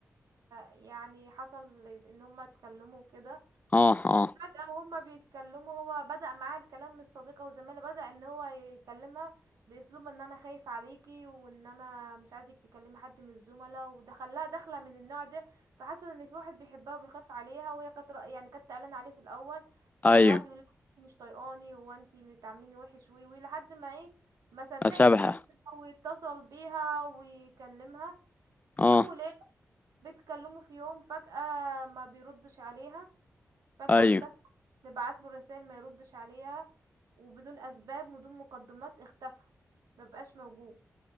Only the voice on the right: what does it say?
يعني حصل ان هما اتكلموا كده
وفجأة
وهما بيتكلموا هو بدأ معاها الكلام مش صديقة وزميلة بدأ ان هو يكلمها بأسلوب ان انا خايف عليكي وان انا مش عايزك تكلمي حد من الزملاء ودخلها دخلة من النوع ده فحس ان في واحد بيحبها وبيخاف عليها وهي كانت رأ- يعني كانت قلقانة عليه في الاول فقعد
يقول لها انت مش طايقاني هو انت بتعامليني وحش وي وي لحد ما ايه ما صدقت
فيه واتصل بيها ويكلمها في
يوم وليلة بيتكلموا في يوم فجأة ما بيردش عليها فجأة
اختفى تبعت له رسائل ما يردش عليها وبدون اسباب بدون مقدمات اختفى ما بقاش موجود